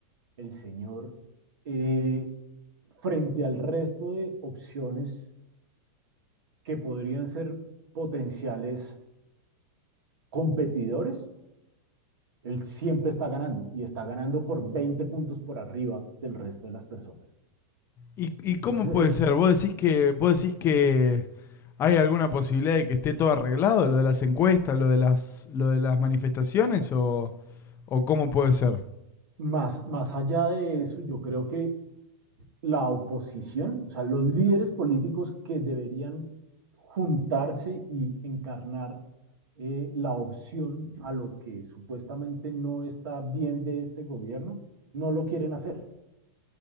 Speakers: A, on the right (about 75°); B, on the left (about 20°).
A: el señor, eh, frente al resto de opciones que podrían ser potenciales competidores, él siempre está ganando y está ganando por 20 puntos por arriba del resto de las personas.
B: ¿Y, y cómo
A: Entonces,
B: puede
A: es
B: ser? ¿Vos decís que, vos decís que hay alguna posibilidad de que esté todo arreglado, lo de las encuestas, lo de las, lo de las manifestaciones o... ¿O cómo puede ser?
A: más, más allá de eso, yo creo que la oposición, o sea, los líderes políticos que deberían juntarse y encarnar eh, la opción a lo que supuestamente no está bien de este gobierno, no lo quieren hacer.